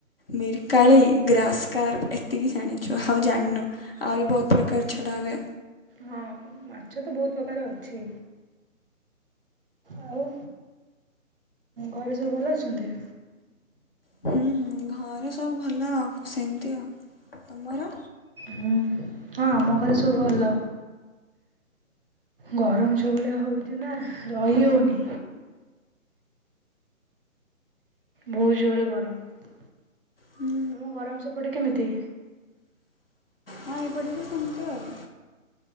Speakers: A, on the left; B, on the right.
A: ମିର କାଳି ଗ୍ରାସ୍ କାର୍ ଏତିକି ଜାଣିଛୁ ଆଉ ଜାଣିନୁ ଆହୁରି ବହୁତ ପ୍ରକାର ଛଡା ହୁଏ
B: ହଁ ମାଛ ତ ବହୁତ ପ୍ରକାର ଅଛି ଆଉ ଘରେ ସବୁ ଭଲ ଅଛନ୍ତି?
A: ହୁଁ ହୁଁ ଘରେ ସବୁ ଭଲ ଆଉ ସେମତି ଆଉ ତମର
B: ହୁଁ ହଁ ଆମ ଘରେ ସବୁ ଭଲ ଗରମ ଯୋଉ ଭଳିଆ ହଉଛି ନା ରହି ହଉନି ଭହୁ ଜୋରେ ଗରମ
A: ହୁଁ
B: ତମ ଗରମ ସେପଟେ କେମିତି?
A: ହଁ ଏପଟେ ବି ସେମିତି ଆଉ।